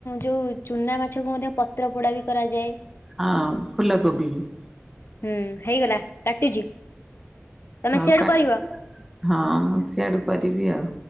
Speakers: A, on the left (about 55°); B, in the centre.
A: ଯୋଉ ଚୁନା ମାଛକୁ ମଧ୍ୟ ପତ୍ର ପୋଡା ବି କରାଯାଏ।
B: ହଁ ଫୁଲକୋବି କି।
A: ହୁଁ ହେଇଗଲା କାଟୁଛି ତମେ
B: ଆଉ
A: ସିଆଡୁ
B: କା
A: କରିବ।
B: ହଁ ମୁଁ ସିଆଡୁ କରିବି ଆଉ।